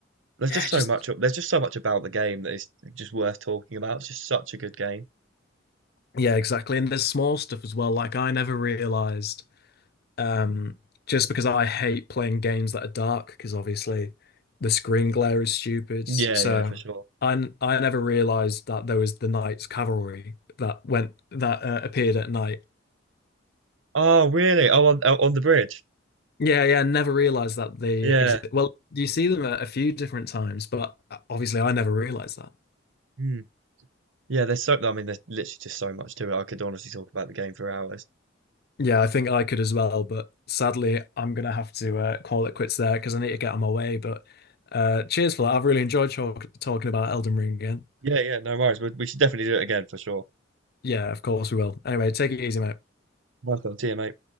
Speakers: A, on the right; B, on the left.
A: There's
B: yeah,
A: just so
B: just
A: much. There's just so much about the game that is just worth talking about. It's just such a good game.
B: yeah, exactly. And there's small stuff as well. Like I never realized Um, just because I hate playing games that are dark, because obviously the screen glare is stupid.
A: Yeah,
B: So
A: yeah, for sure.
B: I I never realized that there was the Knights Cavalry that went that uh, appeared at night.
A: Oh, really? Oh, on oh, on the bridge.
B: Yeah, yeah, never realized that they
A: Yeah.
B: exist. Well, you see them at a few different times, but uh, obviously I never realized that.
A: Hmm. Yeah, there's so, I mean, there's literally just so much to it. I could honestly talk about the game for hours.
B: Yeah, I think I could as well, but sadly I'm gonna have to uh, call it quits there because I need to get on my way. But uh, cheers for that. I've really enjoyed talk talking about Elden Ring again.
A: Yeah, yeah, no worries. We, we should definitely do it again for sure.
B: Yeah, of course we will. Anyway, take it easy, mate.
A: Welcome. See you, mate.